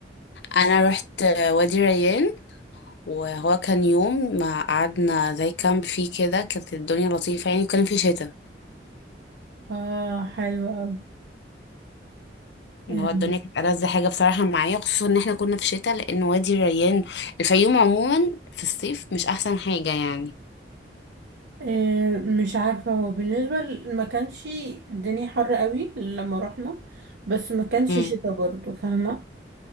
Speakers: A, on the left; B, on the right.
A: انا رحت وادي الريان وهو كان يوم ما قعدنا زي كامب فيه كده كانت الدنيا لطيفه يعني وكان في شتاء
B: اه حلو قوي
A: إن
B: آه
A: هو الدنيا كانت ألذ حاجة بصراحة معايا خصوصا إن احنا كنا في شتاء لأن وادي الريان الفيوم عموما في الصيف مش أحسن حاجة يعني
B: آه، مش عارفة هو بالنسبة ل- ما كانش الدنيا حر قوي لما رحنا بس ما كانش
A: امم
B: شتاء برضه فاهمة